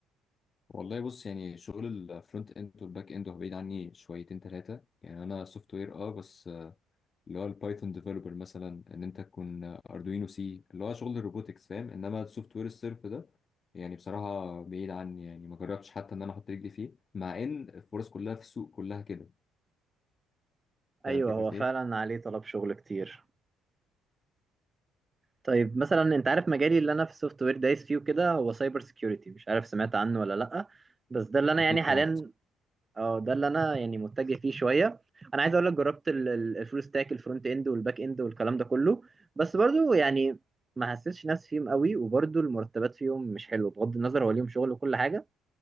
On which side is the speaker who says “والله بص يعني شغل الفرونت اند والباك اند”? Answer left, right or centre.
Left